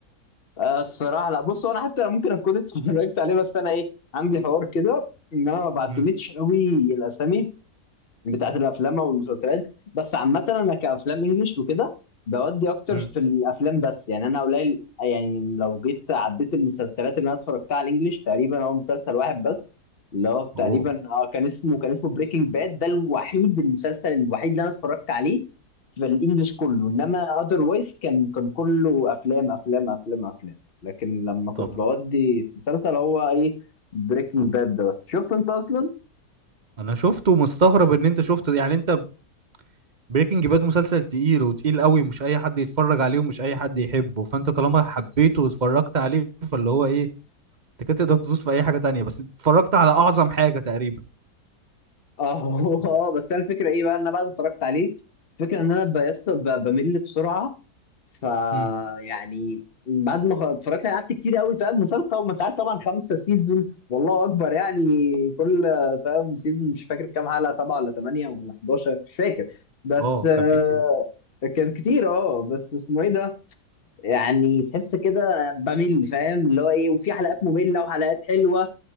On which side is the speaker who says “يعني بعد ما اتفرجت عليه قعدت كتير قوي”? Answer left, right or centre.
Left